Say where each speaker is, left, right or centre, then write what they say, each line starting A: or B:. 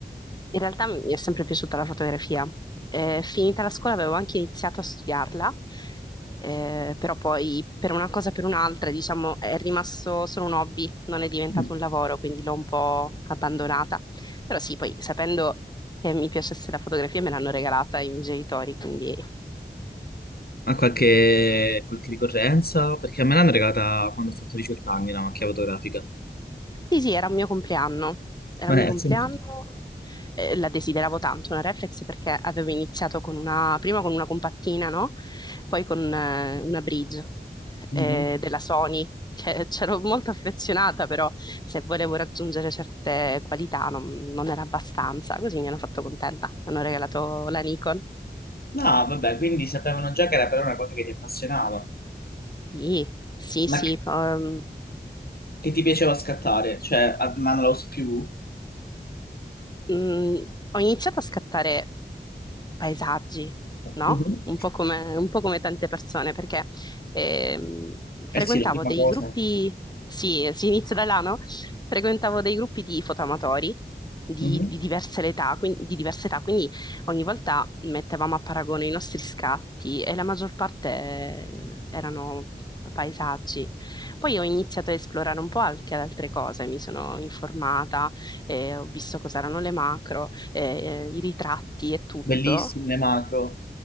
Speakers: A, on the left (about 25°); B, on the left (about 60°).
A: In realtà mi è sempre piaciuta la fotografia. Eh, finita la scuola avevo anche iniziato a studiarla, eh, però poi per una cosa o per un'altra, diciamo, è rimasto solo un hobby, non è diventato
B: Mm.
A: un lavoro, quindi l'ho un po' abbandonata. Però sì, poi sapendo che mi piacesse la fotografia me l'hanno regalata i miei genitori, quindi...
B: Ha qualche, qualche ricorrenza? Perché a me l'hanno regalata quando ho fatto 18 anni la macchina fotografica.
A: Sì, sì, era il mio compleanno, era
B: Ma
A: il mio
B: è,
A: compleanno,
B: sì.
A: eh, la desideravo tanto una reflex perché avevo iniziato con una, prima con una compattina, no? Poi con eh, una bridge
B: Mm-hmm.
A: eh, della Sony, che <laughs> c'ero molto affezionata, però se volevo raggiungere certe qualità non, non era abbastanza, così mi hanno fatto contenta, mi hanno regalato la Nikon.
B: No, vabbè, quindi sapevano già che era però una cosa che ti appassionava,
A: Sì, sì,
B: ma
A: sì, ehm,
B: che ti piaceva scattare, cioè, a- ma non la usi più?
A: mm, ho iniziato a scattare paesaggi, no?
B: Mhm.
A: Un po' come, un po' come tante persone, perché ehm, frequentavo
B: Eh sì, la prima
A: dei
B: cosa.
A: gruppi, sì, si inizia da là, no? Frequentavo dei gruppi di fotoamatori di,
B: Mhm.
A: di diverse età, quindi, di diverse età, quindi ogni volta mettevamo a paragone i nostri scatti e la maggior parte eh, erano paesaggi. Poi ho iniziato a esplorare un po' anche ad altre cose, mi sono informata, eh, ho visto cos'erano le macro eh, i ritratti e tutto.
B: Bellissime le macro.